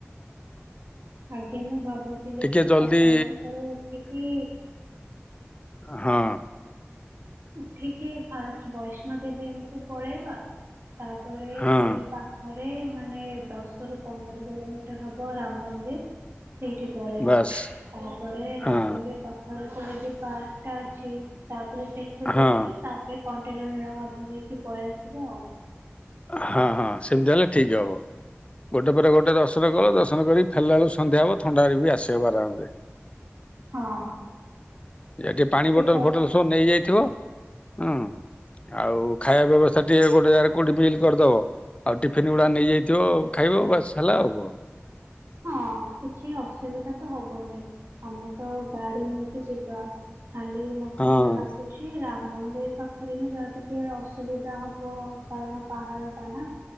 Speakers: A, on the right; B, on the left.
A: ଆଗେ ମୁଁ ଭାବୁଥିଲି
B: ଟିକେ
A: କି
B: ଜଲ୍ଦି
A: ସକାଳୁ ସକାଳୁ ଉଠିକି
B: ହଁ।
A: ଉଠିକି ଫାଷ୍ଟ୍ ବୈଷ୍ଣୋଦେବୀ ଏମିତି ପଳେଇବା। ତାପରେ
B: ହଁ
A: ସେଇ ପାଖରେ। ମାନେ ଦଶ ରୁ ପନ୍ଦର କିଲୋମିଟର ହବ ରାମ୍ ମନ୍ଦିର। ସେଇଠି ପଳେଇବା
B: ବାସ୍
A: ତାପରେ ରାମ
B: ହଁ
A: ମନ୍ଦିର୍ ପାଖରେ। ଖରାକି ପାର୍କ ଟା ଅଛି ତାପରେ ସେ ଦେଖି
B: ହଁ
A: ତାପରେ କଣ୍ଟିଲୋନୀଳମାଧବ ହେଇକି ପଳେଇ ଆସିବ ଆଉ।
B: ହଁ ହଁ ସେମିତି ହେଲେ ଠିକ ହବ ଗୋଟେ ପରେ ଗୋଟେ ଦର୍ଶନ କଲ ଦର୍ଶନ କରିକି ଫେଲା ବେଳକୁ ସନ୍ଧ୍ୟା ହବ ଥଣ୍ଡାରେ ବି ଆସିହବ ଆରାମରେ।
A: ହଁ
B: ଏଠି ପାଣି ବୋଟଲ
A: ପିକଅପ୍
B: ଫୋଟଲ ସବୁ ନେଇଯାଇଥିବ। ହୁଁ ଆଉ ଖାଇବା ବ୍ୟବସ୍ଥା ଟିକେ ଗୋଟେ ଜାଗାରେ କୋଉଠି ମିଲ୍ କରିଦବ ଆଉ ଟିଫିନ ଗୁଡା ନେଇଯାଇଥିବ ଖାଇବ ବାସ ହେଲା ଆଉ କଣ?
A: ହଁ କିଛି ଅସୁବିଧା ତ ହବନି ଆମେ ତ ଗାଡି ନେଇକି ଯିବା। ଖାଲି ମତେ
B: ହଁ।
A: ଯାହା ଲାଗୁଛି ରା ମନ୍ଦିର ପାଖରେ ହିଁ ଯହା ଟିକେ ଅସୁବିଧା ହବ କାରଣ ପାହାଡ ଟା ନା